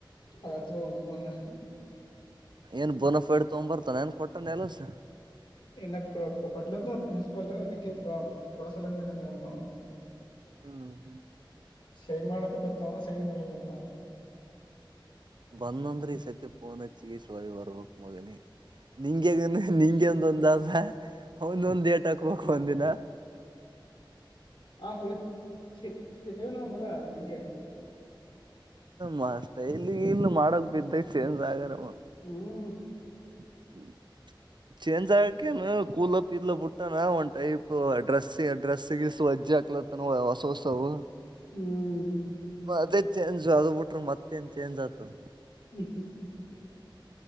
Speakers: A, on the left; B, on the right.
A: <unintelligible>
B: ಏನ್ ಬೋನಫೈಡ್ ತೊಗೊಂಡ್ ಬರ್ತಾನ ಏನ್ ಕೊಟ್ಟಾನ ಎಲ್ಸ
A: ಎಲ್ಲ ಕೊಟ್ಲದ ಪ್ರಿನ್ಸಿಪಲ್ ಅದಕ್ಕೆ ಇ ಕೊಡಸಲಿನತ್ಂತ ಅವ
B: ಹ್ಮ್
A: ಸೈ ಮಾಡ ಪ ಕತಾವ ಸೈನ ಮಾಡಲ್ಲತ
B: ಬಂದಂದ್ರಿ ಈ ಸತಿ ಪಫೋನ್ ಹಚ್ಚಿಿಗೆ ಶಿವಾಲಿ ಬರ್ಬಕ್ ಮಗನಿ ನಿಂಗೆಗ ನಿಂಗೆ ಒಂದೊಂದ ಅಲ್ಲ ಒಂದೊಂದ್ ಏಟ್ ಹಾಕ್ಬೇಕು ಒಂದಿನ
A: ಆ ಫುಲ್ ಚಗನ ಮಗ ನಿಂಗೆ
B: ಹ ಸ್ಟೈಲಿ ಇಲ್ ಮಾಡಕ್ ಬಿದ್ದ ಚೇಂಜ್ ಆಗಾರ ಮತ್
A: ಹ್ಮ್
B: <inaudible> ಚೇಂಜ್ ಆಗಕೇನು ಕೂದಲ ಪದಲ ಬಿಟ್ಟಾನ ಒಂದ್ ಟೈಪ್ ಡ್ರೆಸ್ ಗೀಸ್ ಅಜ್ಜಿ ಆಕ್ಲತ್ತನ ಹೊಸ ಹೊಸವು
A: ಹ್ಮ್
B: ಅದೇ ಚೇಂಜ್ ಅದು ಬಿಟ್ರೆ ಮತ್ತೇಏನ್ ಚೇಂಜ್ ಆತದೆ
A: ಹ್ಮ್್ಮ